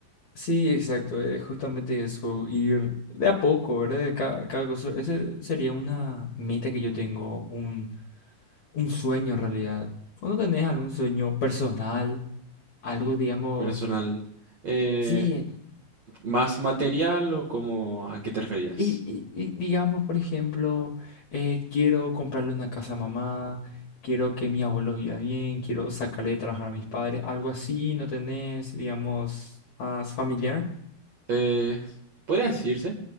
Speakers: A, on the left; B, on the right.
A: Sí, exacto, es justamente eso, ir de a poco, ¿verdad? De ca- cada, cosa. Esa sería una meta que yo tengo, un, un sueño en realidad. ¿Vos no tenés algún sueño personal? Algo, digamos,
B: personal. eh,
A: sí, eh,
B: ¿más material o cómo a qué te referías?
A: y, y- y digamos, por ejemplo, eh, quiero comprarle una casa a mamá, quiero que mi abuelo viva bien, quiero sacarle de trabajar a mis padres, algo así, ¿no tenés, digamos, más familiar?
B: Eh, podría decirse.